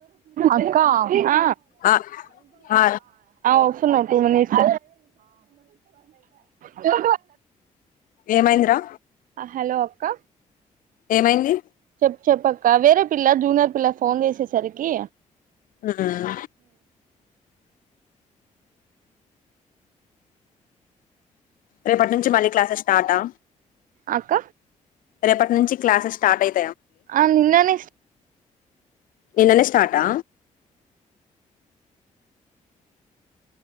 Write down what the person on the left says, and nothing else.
ఆ ఆ
ఏమైందిరా
ఏమైంది
హ్మ్మ్ రేపటి నుంచి మళ్ళీ క్లాసెస్ స్టార్టా
రేపటి నుంచి క్లాసెస్ స్టార్ట్ అయి
నిన్ననే స్టార్టా